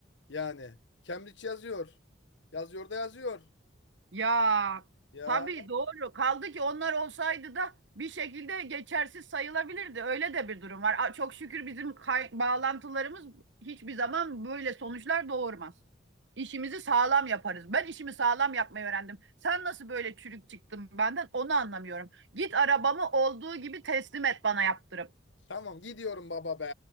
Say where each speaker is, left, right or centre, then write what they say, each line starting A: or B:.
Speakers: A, on the left (about 65°); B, on the right (about 65°).
A: Yani Cambridge yazıyor. Yazıyor da yazıyor.
B: Ya
A: Ya
B: tabii doğru. Kaldı ki onlar olsaydı da bir şekilde geçersiz sayılabilirdi. Öyle de bir durum var. A- Çok şükür bizim kay- bağlantılarımız hiçbir zaman böyle sonuçlar doğurmaz. İşimizi sağlam yaparız. Ben işimi sağlam yapmayı öğrendim. Sen nasıl böyle çürük çıktın benden onu anlamıyorum. Git arabamı olduğu gibi teslim et bana yaptırıp.
A: tamam gidiyorum baba be.